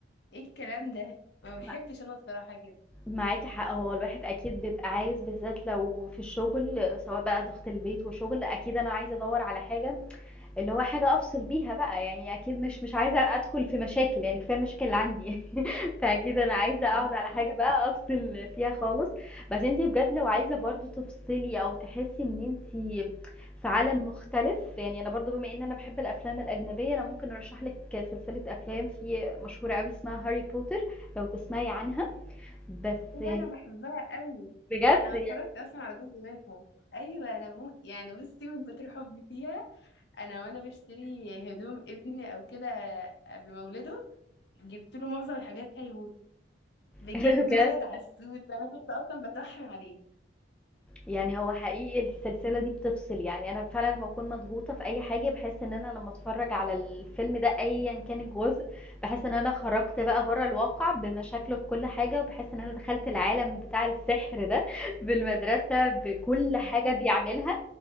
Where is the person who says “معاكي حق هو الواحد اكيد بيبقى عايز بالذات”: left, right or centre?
Centre